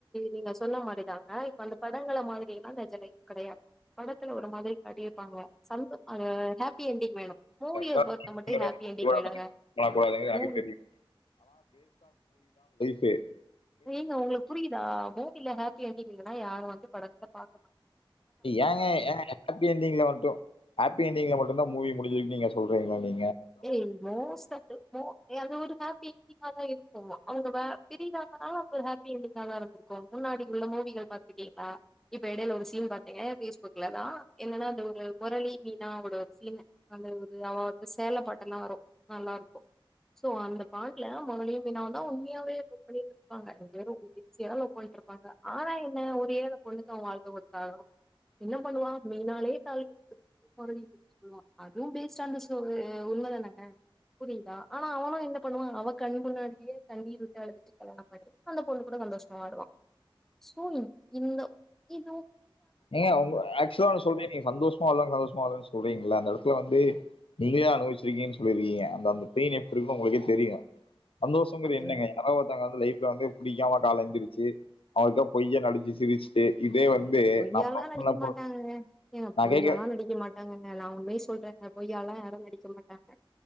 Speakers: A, in the centre; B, on the left.
A: நீங்க சொன்ன மாரிதாங்க இப்ப அந்த படங்கள மாதிரின்னா நெஜ லைஃப் கெடையாது படத்துல ஒரு மாதிரி காட்டியிருப்பாங்க சம்து ஆ ஹேப்பி என்டிங் வேணு மூவிய
B: பண்ணக்கூடாதுங்கிறது
A: பொருத்த மட்டு ஹேப்பி என்டிங் வேணுங்க மூவி
B: எனக்கு தெரியு ஃபே
A: ஏங்க உங்களுக்கு புரியுதா மூ வில ஹேப்பி என்டிங் இல்லன்னா யாரு வந்து படத்த பாக்க மாட்டா
B: ஏங்க ஏங் ஹேப்பி என்டிங்ல மட்டு ஹேப்பி என்டிங்ல மட்டுந்தா மூவி முடியுது நீங்க சொல்றீங்ளா நீ
A: ஏய் மோஸ்ட் ஆஃப் த மோ ஏ அது ஒரு ஹே ப்பி என்டிங்காதா இருக்கு அவ்ங்க வ பிரிராங்கனா அப்ப ஹாப்பி எண்டிங்காதா இருக்கு முன்னாடி உள்ள மூவிகள் பாத்துர்க்கீங்களா இப்ப எடைல ஒரு சீன் பாத்தேங்க ஃபேஸ்புக்ல தா என்னனா அந்த ஒரு முரளி மீனாவோட சீனு அந்த ஒரு அவ அந்த சேல பாட்டுலா வரு நல்லாருக்கு சோ அந்த பாட்ல மொரலியு மீனாவு தா உண்மையாவே இப்ப பண்ணிட்ருப்பாங்க <inaudible> சின்சியரா லவ் பண்ட்ருப்பாங்க ஆனா என்ன ஒரு ஏழ பொண்ணுக்கு அவ வாழ்க்க குடுத்தாகணு என்ன பண்ணுவா மீனாலே <unintelligible> மொறலி <inaudible> சொல்வா அதுவு பேஸ்ட் ஆன் த சோவு து உண்ம தானங்க புரிதா ஆனா அவனு என்ன பண்ணுவா அவ கண் முன்னாடியே கண்ணீர் விட்டு அழுதுட்டு கல்யாணம் பண்ணி அந்த பொண்ணு கூட சந்தோஷமா வாழுவா சோ இந்த இது
B: ஏங்க உங் ஆக்சுவலா ஒன்னு சொல்றே நீங்க சந்தோஷமா இல்ல சந்தோஷமா இல்லன் சொல்றீங்கல அந்த எடத் துல வந்து நீங்களே அனுபவிச்சிருக்கீனு சொல்லீர்க்கிங்க அந்த அந்த பெயின் எப்டி இருக்குன் உங்களுக்கே தெரியு சந்தோஷங்கறது
A: அது
B: என்னங்க யாராது ஒருத்தங்க வந்து லைஃப் ல வந்து புடிக்காம கால்ல எந்துருச்சி அவனுக்கா பொய்யா நடிச்சு சிரிச்சுட்டு இதே வந்து நான்
A: யாலா
B: லவ்
A: நடிக்க
B: பண்ண பொ
A: மாட்டாங்கங்க ஏங்க
B: நான்
A: பொய்யாலா
B: கேட்கிறேன்.
A: நடிக்க மாட்டாங்கங்க நா உண்மைய சொல்றங்க பொய்யால்லா யாரு நடிக்க மாட் டாங்க